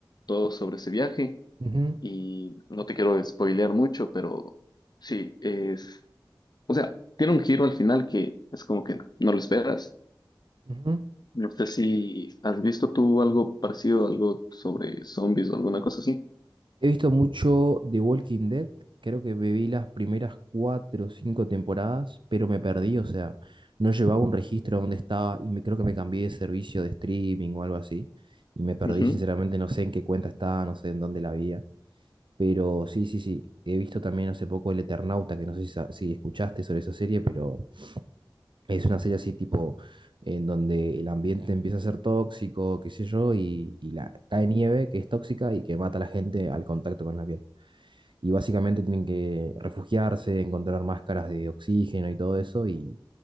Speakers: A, on the left; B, on the right.
A: todo sobre ese viaje
B: Ujú,
A: y no te quiero spoilear mucho, pero sí, es, o sea, tiene un giro al final que es como que no, lo esperas.
B: ujú.
A: No sé si has visto tú algo parecido, algo sobre zombies o alguna cosa así.
B: He visto mucho The Walking Dead, creo que me vi las primeras cuatro o cinco temporadas, pero me perdí, o sea, no llevaba un registro donde estaba y me, creo que me cambié de servicio de streaming o algo así, y me perdí
A: Ujú.
B: sinceramente, no sé en qué cuenta estaba, no sé en dónde la había, pero sí, sí, sí, he visto también hace poco El Eternauta, que no sé si, sa- si escuchaste sobre esa serie, pero es una serie así tipo en donde el ambiente empieza a ser tóxico, qué sé yo, y, y la, cae nieve que es tóxica y que mata a la gente al contacto con la piel y básicamente tienen que refugiarse, encontrar máscaras de oxígeno y todo eso, y